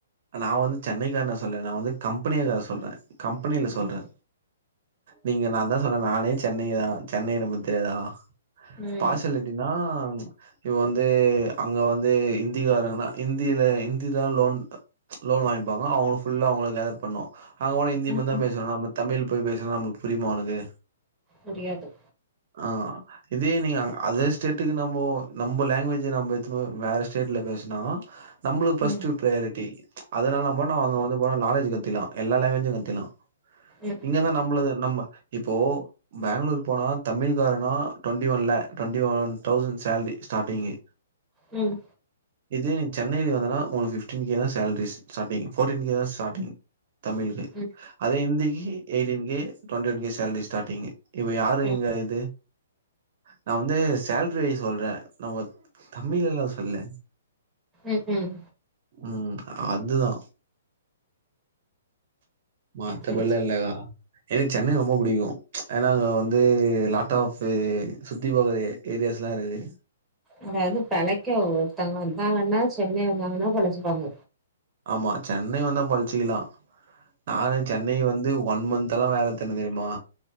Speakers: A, on the right; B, in the centre.
A: நா வந்து சென்னைக்காரன சொல்லல நா வந்து கம்பெனியக்கார சொல்ற கம்பெனியில சொல்ற
B: ம்
A: நீங்க நா தா சொன்ன நானே சென்னை தா சென்னைய பத்தி தெரியாதா
B: ம் ம்
A: ஃபாஷிலிட்டினா இப்ப வந்து அங்க வந்து இந்திக்காரன்னா இந்தி இந்தில இந்தி தா லோன் லோன் வாங்கிப்பாங்க அவுங்க ஃபுல்லா அவுங்கள கேதர் பண்ணு அங்க போனா ஹிந்தி
B: ம்.
A: மட்டுதா பேசுவாங்க நம்ம தமிழ் போய் பேசுனா நம்மளுக்கு புரிமா அவுனுக்கு
B: புரியாது
A: ஆ இதே நீங்க அதர் ஸ்டேட்டுக்கு நம்மோ நம்ப லாங்குவேஜ நம்ப எத்துனு வேற ஸ்டேட்ல பேஸ்னா நம்ளுக்கு ஃபர்ஸ்ட்
B: ம்
A: ப்ரையாரிட்டி அதனாலா நம்ம அங்க வந்து போன நாலேஜ் கத்துக்லா எல்லா லாங்குவேஜு கத்துக்லா
B: ம் ம்
A: இங்கனா நம்மளுது நம்ம இப்போ பெங்ளூர் போனா தமிழ் காரனா டொண்டி ஒன் ல டொண்ட்டி ஒன் தௌசண்ட் சேல்ரி ஸ்டார்ட்டிங்கி
B: ம்
A: இதே நீ சென்னைக்ல வந்தானா ஒனக்கு ஃபிப்டின் கே தா சேல்ரி சசாட்டிங் ஃபோர்டின் கே தா ஸ்டாட்டிங் தமிழுக்கு
B: ம்
A: அதே ஹிந்திக்கு eighteen K twenty one K salary starting இப்ப யாரு
B: ம்
A: இங்க இது நா வந்து சேல்ரி அ சொல்ற நம்ம தமிழ் எல்லா சொல்லல்ல
B: ம் ம்
A: ம் அதுதா மத்தபடிலா
B: சேரி சேரி
A: இல்லகா எனக்கு சென்னை ரொம்ப புடிக்கு ஏன்னா அங்க வந்து லாட்டாஃபு சுத்தி பாக்க ஏரியாஸ்லா இருக்கு
B: அதாது பெழைக்க ஒருத்தவங்க வந்தாங்கன்னா சென்னை வந்தாங்கன்னா பொழச்சுப்பாங்க
A: ஆமா சென்னை வந்தா பொழச்சிக்கிலா நானு சென்னை வந்து ஒன் மந்த் தலவேலத்தேன்னங் தெரியுமா